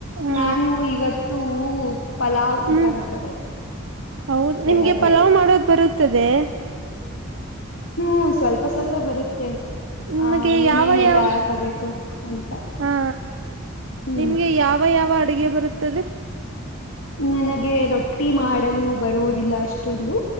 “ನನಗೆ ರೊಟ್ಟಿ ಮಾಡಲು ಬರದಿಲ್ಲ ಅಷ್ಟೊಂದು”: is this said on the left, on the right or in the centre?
Left